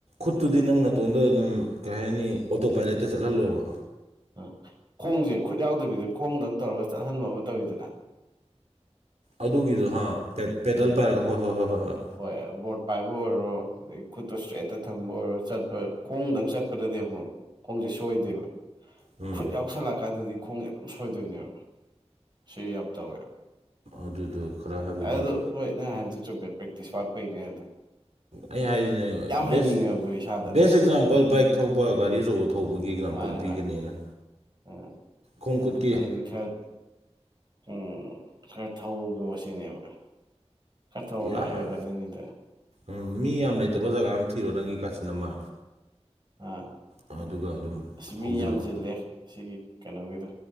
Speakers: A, on the right; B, on the right.
A: ꯈꯨꯠꯇꯨꯗꯤ ꯅꯪ ꯅꯥꯇꯣꯟꯗ ꯑꯗꯨꯝ ꯀꯩ ꯍꯥꯏꯅꯤ ꯑꯣꯇꯣ ꯄꯥꯏꯂꯦꯠꯇ ꯆꯠꯍꯜꯂꯣꯕ
B: ꯑꯥ ꯈꯣꯡꯖꯦ ꯈꯨꯠ ꯌꯥꯎꯗꯕꯤꯗ ꯈꯣꯡꯗꯪ ꯇꯧꯔꯒ ꯆꯠꯍꯟꯕ ꯑꯃ ꯇꯧꯋꯤꯗꯅ
A: ꯑꯗꯨꯒꯤꯗꯨ ꯍꯥꯥ ꯄꯦꯠ ꯄꯦꯗꯜ ꯄꯥꯏꯔꯒ ꯍꯣꯏ ꯍꯣꯏ ꯍꯣꯏ ꯍꯣꯏ ꯍꯣꯏ
B: ꯍꯣꯏ ꯕꯣꯠ ꯄꯥꯏꯕ ꯑꯣꯏꯔꯣ ꯑꯗꯩ ꯈꯨꯠꯇꯣ ꯏꯁꯇ꯭ꯔꯦꯠꯇ ꯊꯝꯕ ꯑꯣꯏꯔꯣ ꯆꯠꯄ ꯈꯣꯡꯗꯪ ꯆꯠꯄꯗꯗꯤ ꯑꯃꯨꯛ ꯈꯣꯡꯖꯦ ꯁꯣꯏꯗꯦꯕ
A: ꯎꯝ
B: ꯈꯨꯠ ꯌꯥꯎꯁꯜꯂꯛꯑꯀꯥꯟꯗꯗꯤ ꯈꯣꯡꯖꯦ ꯑꯗꯨꯝ ꯁꯣꯏꯗꯣꯏꯅꯦꯕ ꯁꯤ ꯌꯥꯝ ꯇꯧꯋꯦ
A: ꯑꯗꯨꯗꯣ ꯈꯔ ꯍꯥꯏꯕꯗꯤ
B: ꯑꯗꯨꯗꯣ ꯍꯣꯏ ꯅꯪ ꯍꯥꯏꯕꯗꯣ ꯆꯨꯝꯃꯦ ꯄ꯭ꯔꯦꯛꯇꯤꯁ ꯋꯥꯠꯄꯩꯅꯦ ꯑꯗꯨ
A: ꯑꯩꯅ ꯍꯥꯏꯖꯤꯅꯦ
B: ꯍꯩꯅꯤꯡꯉꯕꯗꯣ
A: ꯕꯦꯠꯁ
B: ꯏꯁꯥꯗ
A: ꯕꯦꯁ ꯑꯦꯛꯖꯥꯝꯄꯜ ꯕꯥꯏꯛ ꯊꯧꯕ ꯒꯥꯔꯤ ꯑꯆꯧꯕ ꯊꯧꯕꯒꯤ ꯑꯦꯛꯖꯥꯝꯄꯜ
B: ꯃꯥꯅꯦ
A: ꯄꯤꯒꯅꯤ
B: ꯃꯥꯅꯦ
A: ꯑꯩꯅ
B: ꯎꯝ
A: ꯈꯣꯡꯈꯨꯠ
B: ꯑꯗꯨꯗꯤ ꯈꯔ ꯎꯝ ꯈꯔ ꯊꯧꯔꯨꯒꯣ ꯁꯤꯅꯦꯕ ꯈꯔ ꯊꯧꯔꯒ
A: ꯌꯥ
B: ꯍꯩꯔꯛꯀꯗꯣꯏꯅꯤꯗꯥ
A: ꯎꯝ ꯃꯤ ꯌꯥꯝ ꯂꯩꯇꯕ ꯖꯒꯥ ꯑꯃ ꯊꯤꯔꯣ ꯅꯪꯒꯤ ꯀꯥꯆꯤꯟ ꯑꯃ
B: ꯍꯥ
A: ꯑ ꯑꯗꯨꯒ ꯑꯗꯨꯝ
B: ꯑꯁ ꯃꯤ
A: ꯍꯧꯖꯤꯜꯂꯣ
B: ꯌꯥꯝ ꯆꯤꯜꯂꯦ ꯑꯁꯤꯒꯤ ꯀꯩꯅꯣꯒꯤꯗꯣ